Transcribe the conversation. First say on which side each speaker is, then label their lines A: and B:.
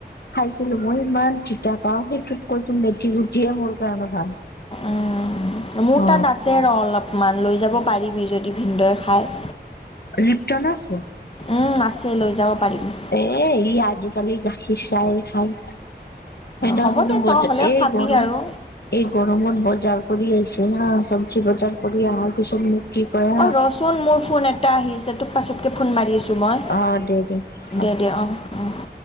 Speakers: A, on the left; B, on the left.
A: খাইছিলো মই ইমান তিতা পাও সেইটোত কৈতো মেথি গুটিয়ে মোৰ কাৰণে ভাল।
B: উম, মোৰ
A: অ
B: তাত আছে ৰ অলপ মান লৈ যাব পাৰিবি যদি ভিনদেউয়ে খায়।
A: লিপটনো আছে।
B: উম, আছে লৈ যাব পাৰিবি।
A: এ ই আজিকালি গাখীৰ চাহে খায়। সেইদিনাখনো
B: হ'ব দে
A: বজা
B: তই হ'লেও
A: এই
B: খাবি
A: গৰম।
B: আৰু
A: এই গৰমত বজাৰ কৰি আহিছে হা চবজি বজাৰ কৰি আহাৰ পিছত মোক কি কয় হা
B: অ', ৰ' চুন মোৰ ফোন এটা আহিছে পাছতকে ফোন মাৰি আছোঁ মই
A: অ দে দে হ'ব
B: দে দে অঁ', অঁ'।